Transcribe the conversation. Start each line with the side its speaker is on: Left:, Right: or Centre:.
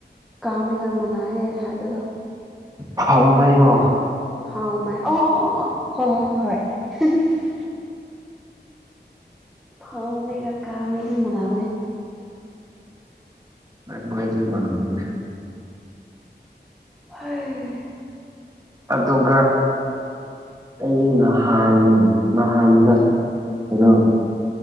Centre: ꯀꯥꯝꯃꯩꯒ ꯃꯅꯥꯌꯦ ꯍꯥꯏꯕꯗꯣ
Right: ꯐꯥꯎꯃꯩꯔꯣ
Centre: ꯐꯥꯎꯃꯩ ꯑꯣ ꯑꯣ ꯑꯣ ꯑꯣ ꯑꯣ ꯍꯣꯏ ꯍꯣꯏ ꯍꯣꯏ ꯐꯥꯎꯃꯩꯒ ꯀꯥꯝꯃꯩꯒ ꯃꯅꯥꯕꯅꯦ
Right: ꯀꯥꯝꯃꯩꯗꯤ ꯃꯥꯟꯅꯕꯅꯦ
Centre: ꯍꯣꯏ
Right: ꯑꯗꯨꯒ ꯑꯩ ꯅꯍꯥꯟ ꯅꯍꯥꯟꯗꯣ ꯀꯩꯅꯣ